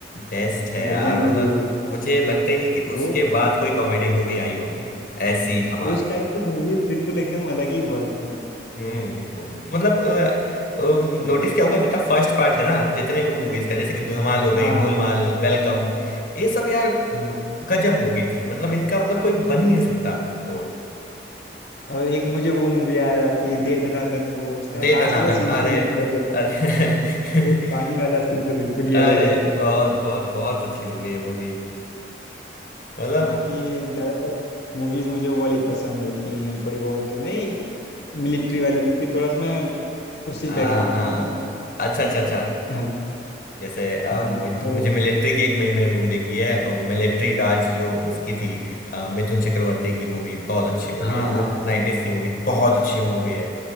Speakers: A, on the left (about 45°); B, on the left (about 65°).
A: बेस्ट है यार
B: बढ़िया
A: मतलब
B: मूवी है
A: मुझे लगता ही नहीं कि
B: वो
A: उसके बाद कोई कॉमेडी मूवी आई होगी ऐसी धमाल
B: उस टाइम की मूवीज बिल्कुल एकदम अलग ही हुआ करती थी
A: हम्म मतलब नोटिस क्या होगा जितना फर्स्ट पार्ट है ना जितने भी मूवीज का जैसे कि धमाल हो गई
B: हाँ
A: गोलमाल
B: हाँ
A: वेलकम ये सब यार
B: हाँ
A: गजब मूवी थी मतलब इनका मतलब कोई बन ही नहीं सकता तोड़
B: और एक मुझे वो मूवी आ जाती है दे दनादन वो उसका
A: दे
B: लास्ट
A: दनादन
B: वाला सीन
A: अरे
B: तो बिल्कुल अलग है
A: अरे
B: वो
A: <laughs>
B: पानी वाला सीन तो बिल्कुल ही
A: अरे
B: अलग है
A: बहुत बहुत बहुत अच्छी मूवी है वो भी मतलब
B: बाकी ज़्यादातर मूवीज मुझे वो वाली पसंद होती हैं थोड़ी बहुत नहीं मिलिट्री वाली क्योंकि थोड़ा सा मैं उसी
A: हाँ
B: बैकग्राउंड
A: हाँ
B: से हूँ ना
A: अच्छा अच्छा अच्छा
B: हाँ
A: जैसे अ,
B: हाँ
A: मि-
B: तो
A: मुझे मिलिट्री की एक मैंने मैंने मूवी देखी है मिलिट्री राज जो उसकी थी अ, मिथुन चक्रवर्ती की मूवी बहुत अच्छी मूवी
B: हाँ
A: है वो
B: हाँ
A: 90s की मूवी थी बहुत अच्छी मूवी है